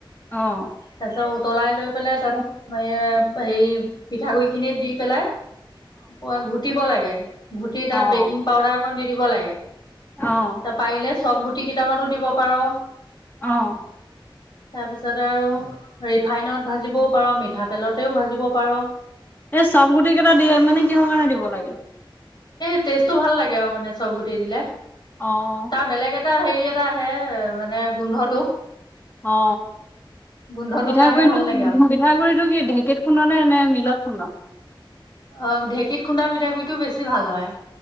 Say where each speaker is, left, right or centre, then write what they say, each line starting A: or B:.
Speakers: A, on the left (about 20°); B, on the left (about 55°).
A: অ
B: তাৰ পিছত উতলাই লৈ পেলাই তাত
A: অ
B: ম হেৰি পিঠাগুৰি খিনি দি পেলাই ঘুটিব লাগে ঘুটি তাত
A: অ
B: বেকিং পাউদাৰ একন দি দিব লাগে
A: অ
B: ত পাৰিলে চফ গুটি কেইটামানো দিব পাৰ
A: অঁ
B: তাৰ পিছতে আৰু ৰিফাইনত ভাজিবও পাৰো মিঠাতেলতেও ভাজিব পাৰো
A: এই চব গুটি কেইটা দি মানে কিহৰ কাৰণে দিব লাগে
B: এই টেষ্টটো ভাল লাগে আৰু মানে চব গুটি দিলে
A: অ
B: তাৰ বেলেগ এটা হেৰি এটা আহে মানে গোন্ধটো
A: অ
B: গোন্ধটোৰ
A: পিঠাগুড়িটো
B: কাৰণে ভাল লাগে আৰু
A: পিঠাগুৰিটো কি, ঢেকিত খুন্দনে নে, মিলত খুন্দ?
B: অ', ঢেকীত খুন্দা পিঠাগুৰিটোও, বেছি ভাল হয়।